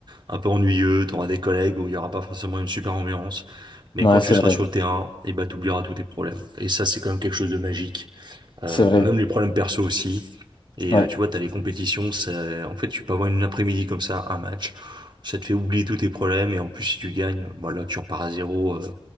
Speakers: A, on the right (about 50°); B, on the left (about 55°).
A: un peu ennuyeux, t'auras des collègues où il y aura pas forcément une super ambiance, mais
B: ouais,
A: quand tu
B: c'est
A: seras
B: vrai,
A: sur le terrain, et ben t'oublieras tous tes problèmes. Et ça, c'est quand même quelque chose de magique euh,
B: c'est vrai,
A: même les problèmes perso aussi. Et
B: ouais,
A: euh, tu vois, t'as les compétitions, ça- en fait, tu peux avoir une après-midi comme ça, un match, ça te fait oublier tous tes problèmes, et en plus, si tu gagnes, bah là, tu repars à zéro, euh,